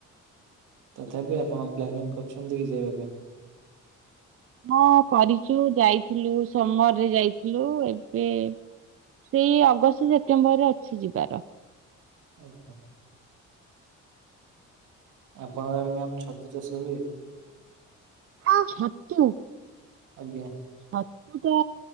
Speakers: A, on the right; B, on the right.
A: ତଥାପି ଆପଣ ପ୍ଲାନିଂ କରୁଛନ୍ତି କି ଯିବା ପାଇଁ?
B: ହଁ କରିଛୁ ଯାଇଥିଲୁ ସମରରେ ଯାଇଥିଲୁ, ଏବେ ସେଇ ଅଗଷ୍ଟ ସେପ୍ଟେମ୍ବର ରେ ଅଛି ଯିବାର।
A: ଆଜ୍ଞା। ଆପଣଙ୍କ ଆଡେ ମ୍ୟାମ ଛତୁ ଚାଷ ହୁଏ?
B: ହଁ ଛତୁ
A: ଆଜ୍ଞା।
B: ଛତୁ ଟା